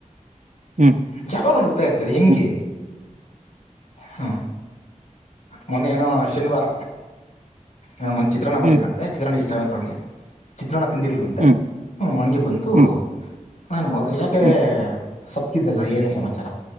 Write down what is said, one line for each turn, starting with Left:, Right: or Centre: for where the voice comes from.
Right: ಹ್ಮ್
Left: ಯಾವಾಗ್ಲು ನಗ್ತಾಇರ್ತಯಲ್ಲ ಯಂಗೆ.
Right: ಹ್ಮ್
Left: ಹ್ಞ ಮೊನ್ನೆೇ ಏನು ಶನಿವಾರ. ಹ ಮನ್ ಚಿತ್ರಣ ಮಾಡಿದ್ರಂತೆ
Right: ಹ್ಮ್
Left: ಚಿತ್ರಣ ಇಷ್ಟಂತ್ರೊಳ್ಳಿಗೆ. ಚಿತ್ರನ್ನ ತಿಂದಿಲ್ವಂತೆ
Right: ಹ್ಮ್
Left: ಹ್ಞೂ ಹಂಗೆ ಬಂತು
Right: ಹ್ಮ್
Left: ನಾನು ಹೋದೆ ಯಾಕೆ
Right: ಹ್ಮ್
Left: ಸಪ್ಪಗಿದ್ದಲ್ಲ ಏನು ಸಮಾಚಾರ